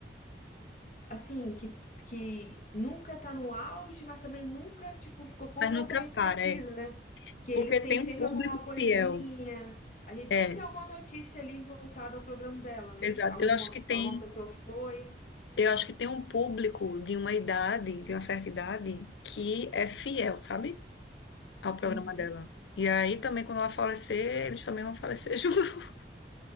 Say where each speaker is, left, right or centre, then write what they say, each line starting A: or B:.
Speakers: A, on the left (about 45°); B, on the left (about 85°).
A: assim, que, que nunca tá no auge, mas também nunca, tipo, ficou completamente
B: Mas nunca para,
A: esquecido,
B: é.
A: né? Que eles
B: Porque
A: têm
B: tem
A: sempre
B: um público
A: alguma coisinha.
B: fiel.
A: A gente
B: É,
A: sempre tem alguma notícia ali voltada ao programa dela, né?
B: exato.
A: Alguma,
B: Eu acho que tem.
A: com alguma pessoa que foi.
B: Eu acho que tem um público de uma idade, de uma certa idade, que é fiel, sabe? Ao programa
A: Uhum.
B: dela. E aí também, quando ela falecer, eles também vão falecer <laughs> junto.